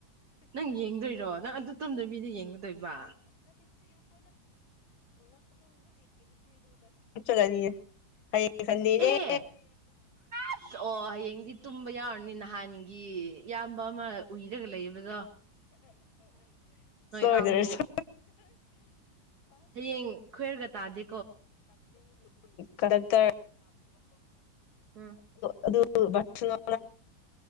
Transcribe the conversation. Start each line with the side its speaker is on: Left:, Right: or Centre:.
Right: ꯅꯪ ꯌꯦꯡꯗꯣꯏꯔꯣ ꯅꯪ ꯑꯗꯨ ꯇꯝꯗ ꯃꯤꯗ ꯌꯦꯡꯒꯗꯣꯏꯕ
Left: ꯆ ꯆꯅꯤ ꯍꯥꯏꯌꯦ ꯁꯅꯤꯅꯦꯦ
Right: ꯑꯦ ꯑꯁ ꯑꯣ ꯍꯌꯦꯡꯗꯤ ꯇꯨꯝꯕ ꯌꯥꯎꯔꯅꯤ ꯅꯍꯥꯟꯒꯤ ꯏꯌꯥꯝꯕ ꯑꯃ ꯎꯏꯔꯒ ꯂꯩꯌꯦꯕꯗꯣ
Left: ꯁꯣꯗꯔꯦ
Right: ꯀꯥꯡꯕꯨ
Left: ꯁ
Right: ꯍꯌꯦꯡ ꯈꯣꯏꯔꯒ ꯇꯥꯗꯤ
Left: ꯀꯗꯛꯇ
Right: ꯎꯝ
Left: ꯑꯗꯨꯁꯅ